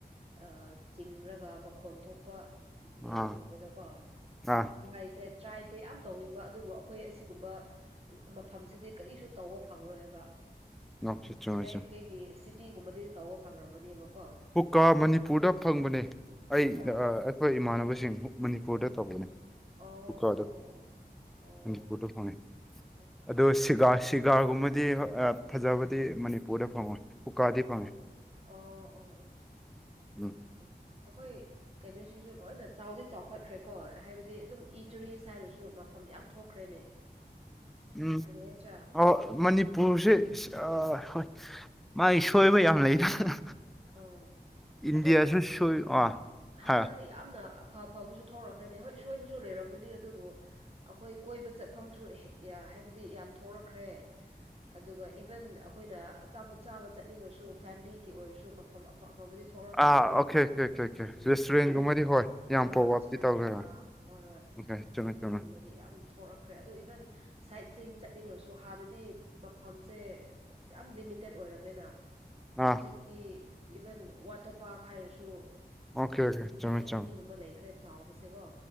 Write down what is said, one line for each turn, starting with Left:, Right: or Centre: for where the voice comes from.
Right: ꯑ ꯆꯤꯡꯔꯒ ꯃꯈꯣꯟ ꯊꯣꯛꯄ ꯀꯩꯅꯣ
Centre: ꯑꯥ
Right: ꯎꯕꯗꯀꯣ
Centre: ꯑꯥ
Right: ꯇꯉꯥꯏꯁꯦ ꯇ꯭ꯔꯥꯏꯁꯦ ꯌꯥꯝ ꯇꯧꯅꯤꯡꯕ ꯑꯗꯨꯕꯨ ꯑꯩꯈꯣꯏ ꯑꯁꯤꯒꯨꯝꯕ ꯃꯐꯝꯁꯤꯗꯤ ꯀꯔꯤꯁꯨ ꯇꯧꯕ ꯐꯪꯂꯔꯣꯏ ꯍꯥꯏꯕ
Centre: ꯉꯥꯎꯁꯦ ꯆꯨꯝꯃꯦ
Right: ꯂꯥꯏ ꯃꯦꯕꯤ ꯁꯤꯇꯤꯒꯨꯝꯕꯗꯤ ꯇꯧꯕ ꯐꯪꯔꯝꯒꯅꯦꯕꯀꯣ
Centre: ꯀꯨꯀꯥ ꯃꯅꯤꯄꯨꯔꯗ ꯐꯪꯕꯅꯦ ꯑꯩ
Right: ꯑꯣ
Centre: ꯑꯩꯈꯣꯏ ꯏꯃꯥꯟꯅꯕꯁꯤꯡ ꯃꯅꯤꯄꯨꯔꯗ ꯇꯧꯕꯅꯦ
Right: ꯑꯣ
Centre: ꯀꯀꯥꯗꯣꯠꯇ
Right: ꯑꯣ ꯑꯣ ꯑꯣ
Centre: ꯐꯪꯉꯦ
Right: ꯑꯣꯀꯦ
Centre: ꯑꯗꯨ
Right: ꯑꯣꯀꯦ
Centre: ꯁꯤꯒꯥꯏ ꯁꯤꯒꯥꯒꯨꯝꯕꯗꯤ ꯍ ꯐꯖꯕꯗꯤ ꯃꯅꯤꯄꯨꯔꯗ ꯐꯪꯉꯣꯏ ꯀꯨꯀꯥꯗꯤ
Right: ꯑ ꯑꯣ
Centre: ꯐꯪꯉꯦ
Right: ꯑꯣ
Centre: ꯎꯝ
Right: ꯑꯣꯀꯦ ꯑꯩꯈꯣꯏ ꯀꯩꯅꯣꯁꯤꯁꯨ ꯂꯣꯏꯅ ꯆꯥꯎꯗꯤ ꯆꯥꯎꯈꯠꯈ꯭ꯔꯦꯀꯣ ꯍꯥꯏꯕꯗꯤ ꯑꯗꯨꯝ ꯏ ꯇꯨꯔꯤꯁ ꯍꯥꯏꯔꯁꯨ ꯃꯐꯝ ꯌꯥꯝ ꯊꯣꯛꯈ꯭ꯔꯦꯅꯦ <unintelligible>
Centre: ꯎꯝ
Right: ꯀꯔꯤ ꯍꯥꯏꯁꯤꯔꯥ
Centre: ꯑꯣ ꯃꯅꯤ ꯄꯨꯁꯦ ꯍꯣꯏ ꯃꯥꯒꯤ ꯁꯣꯏꯕ ꯌꯥꯝ ꯂꯩꯗꯅ
Right: ꯑꯥ
Centre: ꯏꯟꯗꯤꯌꯥꯁꯨ
Right: ꯑꯗꯨ
Centre: ꯁꯣꯏ ꯑꯥ
Right: ꯍꯟꯗꯛꯇꯤ
Centre: ꯍꯥ
Right: ꯌꯥꯝꯅ ꯐ ꯐꯕꯁꯨ ꯊꯔꯛꯈ꯭ꯔꯅꯤ ꯍꯣꯏ ꯁꯣꯏꯕꯁꯨ ꯂꯩꯔꯝꯒꯅꯤ ꯑꯗꯨꯕꯨ ꯑꯩꯈꯣꯏ ꯀꯣꯏꯕ ꯆꯠꯐꯝꯁꯨ ꯍꯥꯏꯕꯗꯤ ꯌꯥꯝ ꯊꯣꯛꯔꯛꯈ꯭ꯔꯦ ꯑꯗꯨꯒ ꯏꯚꯟ ꯑꯩꯈꯣꯏꯅ ꯑꯆꯥꯄꯣꯠ ꯆꯥꯕ ꯆꯠꯅꯤꯡꯂꯁꯨ ꯐꯦꯃꯤꯂꯤꯒꯤ ꯑꯣꯏꯔꯁꯨ ꯐꯝ ꯑꯐ ꯑꯐꯕꯗꯤ ꯊꯣꯛꯂꯛꯈ꯭ꯔꯦꯅꯀꯣ
Centre: ꯑꯥ ꯑꯣꯀꯦ ꯑꯣꯀꯦ ꯑꯣꯀꯦ ꯑꯣꯀꯦ
Right: ꯎ ꯎꯝ
Centre: ꯔꯦꯁꯇꯨꯔꯦꯟꯒꯨꯝꯕꯗꯤ
Right: ꯑꯗꯨꯃꯥꯏꯅ ꯍꯣꯏ
Centre: ꯌꯥꯝ
Right: ꯍꯣꯏ
Centre: ꯄꯣꯞ
Right: ꯔꯦꯁꯇꯨꯔꯦꯟꯒꯨꯝꯕ
Centre: ꯑꯞꯇꯤ ꯇꯧꯈ꯭ꯔꯦ
Right: ꯍꯣꯏ ꯍꯣꯏ
Centre: ꯑꯣꯀꯦ ꯆꯨꯝꯃꯦ ꯆꯨꯝꯃꯦ
Right: ꯑꯗꯨꯒꯨꯝꯕ ꯗꯤ ꯌꯥꯝ ꯊꯣꯛꯂꯛꯈ꯭ꯔꯦ ꯑꯣ ꯏꯚꯟ ꯁꯥꯏꯠꯁꯤꯡ ꯆꯠꯅꯤꯡꯉꯁꯨ ꯍꯥꯟꯅꯗꯤ ꯃꯐꯝꯁꯦ ꯌꯥꯝ ꯂꯤꯃꯤꯇꯦꯠ ꯑꯣꯏꯔꯝꯃꯤꯅ
Centre: ꯑꯥ
Right: ꯍꯧꯖꯤꯛꯇꯤ ꯏꯚꯟ ꯋꯥꯇꯔ ꯄꯥꯔꯛ ꯍꯥꯏꯔꯁꯨ
Centre: ꯑꯣꯀꯦ ꯑꯣꯀꯦ
Right: ꯑꯅꯤ
Centre: ꯆꯨꯝꯃꯦ ꯆꯨꯝꯃꯦ
Right: ꯑꯅꯤꯒꯨꯝꯕ ꯂꯩꯈ꯭ꯔꯦ ꯆꯥꯎꯕꯁꯦꯀꯣ